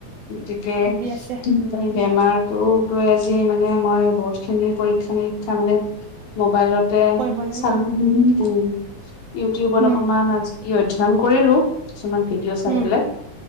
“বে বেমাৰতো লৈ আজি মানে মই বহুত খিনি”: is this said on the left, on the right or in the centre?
Left